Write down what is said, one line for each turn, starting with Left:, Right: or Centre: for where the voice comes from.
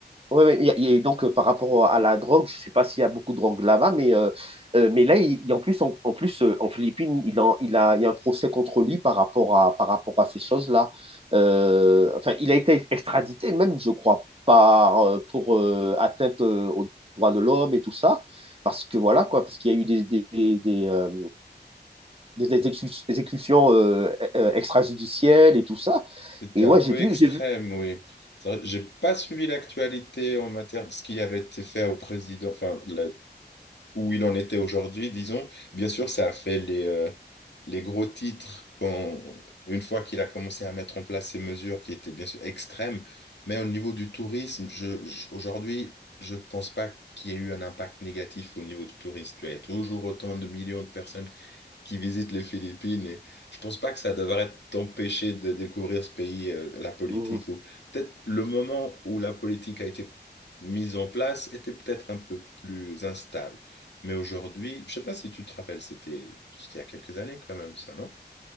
Right: ouais, ouais, et- et donc, euh, par rapport à la drogue, je sais pas s'il y a beaucoup de drogue là-bas, mais, euh, euh, mais là, il, il- en plus, en, en plus euh, en Philippines, il, en- il a, il y a un procès contre lui par rapport à, par rapport à ces choses-là. Euh, enfin, il a été extradité même, je crois, par, euh, pour euh, atteinte euh, aux droits de l'homme et tout ça. Parce que voilà, quoi, parce qu'il y a eu des, des, des, des, euh, des exécu- exécutions euh, e-, euh, extrajudicielles et tout ça.
Left: C'était
Right: Et ouais,
Left: un peu
Right: j'ai vu,
Left: extrême,
Right: j'ai vu.
Left: oui. C'est vrai, J'ai pas suivi l'actualité en matière de ce qui avait été fait au président, enfin, la. où il en était aujourd'hui, disons. Bien sûr, ça a fait les, euh, les gros titres quand, une fois qu'il a commencé à mettre en place ces mesures qui étaient bien sûr extrêmes, mais au niveau du tourisme, je, je- aujourd'hui, je ne pense pas qu'il y ait eu un impact négatif au niveau du tourisme. Tu vois, Il y a toujours autant de millions de personnes qui visite les Philippines. Et je pense pas que ça devrait t'empêcher de découvrir ce pays, euh, la politique,
Right: Mhm.
Left: ou peut-être le moment où la politique a été mise en place était peut-être un peu plus instable. Mais aujourd'hui, je sais pas si tu te rappelles, c'était c'était il y a quelques années quand même, ça, non?